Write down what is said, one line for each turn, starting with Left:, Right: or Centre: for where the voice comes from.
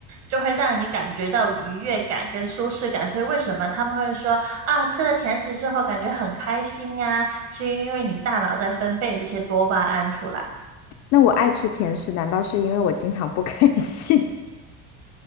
Right: 就会让你感觉到愉悦感跟舒适感。所以为什么他们会说啊，吃了甜食之后感觉很开心啊，是因为你大脑在分泌这些多巴胺出来，
Left: 那我爱吃甜食，难道是因为我经常不开心？